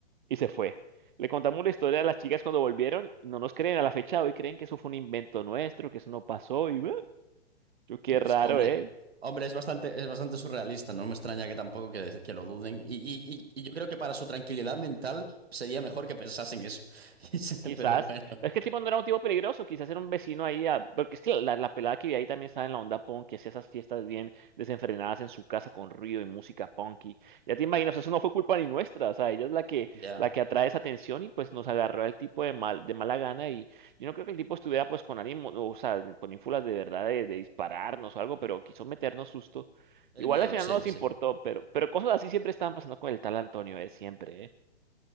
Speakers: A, on the right; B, on the right.
A: Y se fue. Le contamos la historia a las chicas cuando volvieron, y no nos creen a la fecha de hoy, creen que eso fue un invento nuestro, que eso no pasó, y... Yo, qué
B: Pues,
A: raro,
B: hombre,
A: ¿eh?
B: hombre, es bastante, es bastante surrealista, no me extraña que tampoco que, que lo duden. Y, y, y, y yo creo que para su tranquilidad mental sería mejor que pensasen eso. <laughs>
A: Quizás.
B: Pero bueno,
A: Es que el tipo no era un tipo peligroso, quizás era un vecino ahí. a- Porque es que la, la pelada que vi ahí también estaba en la onda punk, que hacía esas fiestas bien desenfrenadas en su casa con ruido y música punky. Ya te imaginas, eso no fue culpa ni nuestra. O sea, ella es la que,
B: ya,
A: la que atrae esa atención y pues nos agarró el tipo de mal, de mala gana. Y yo no creo que el tipo estuviera pues con ánimo, o sea, con ínfulas de verdad de, de dispararnos o algo, pero quiso meternos susto.
B: el
A: Igual
B: miedo,
A: al final
B: sí,
A: no nos
B: sí.
A: importó, pero, pero cosas así siempre estaban pasando con el tal Antonio, ¿eh? Siempre, ¿eh?